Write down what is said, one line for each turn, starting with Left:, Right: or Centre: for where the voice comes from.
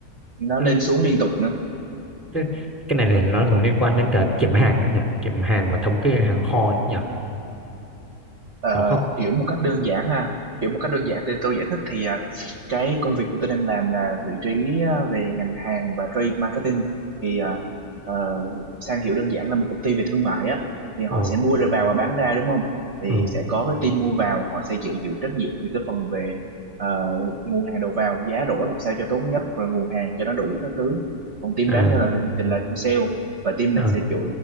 Right: nó
Centre: nó-
Right: lên xuống liên tục
Centre: cái, cái này này nó còn liên quan đến cả kiểm hàng nữa nhỉ? Kiểm hàng và thống kê hàng kho nhỉ?
Right: Ờ,
Centre: Có không?
Right: hiểu một cách đơn giản ha hiểu một cách đơn giản thì tôi giải thích thì à, cái công việc của tôi đang làm là vị trí à, về ngành hàng và trade marketing thì à, ờ, sang hiểu đơn giản là một công ty về thương mại á thì họ
Centre: Ồ,
Right: sẽ mua rồi vào và bán ra đúng không thì
Centre: ừ,
Right: sẽ có cái team mua vào họ sẽ chịu chịu trách nhiệm về cái phần về ờ, nguồn hàng đầu vào giá rổ làm sao cho tốt nhất rồi nguồn hàng cho nó đủ các thứ còn team
Centre: à,
Right: bán ra là là team sale và team
Centre: à,
Right: này sẽ chịu